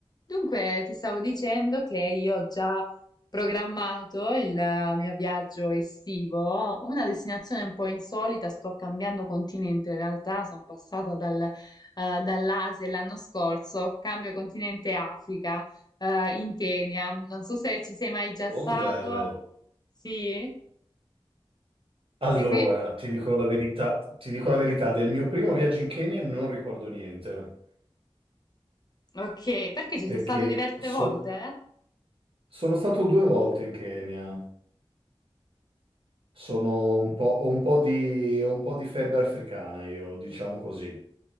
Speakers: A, on the left; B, on the right.
A: Dunque, ti stavo dicendo che io ho già programmato il eh, mio viaggio estivo, una destinazione un po' insolita, sto cambiando continente, in realtà sono passata dal, eh, dall'Asia l'anno scorso, cambio continente Africa, eh, in Kenya, non so se ci sei mai già Oh, che
B: Molto
A: stato.
B: bello.
A: bello. Sì?
B: Allora,
A: E An- qui?
B: ti dico la verità, ti dico la verità, del mio primo viaggio in Kenya non ricordo niente,
A: Ok, perché ci
B: perché
A: sei stato diverse
B: so-
A: volte? eh?
B: sono stato due volte in Kenya, sono un po', ho un po' di, ho un po' di febbre africana io, diciamo così.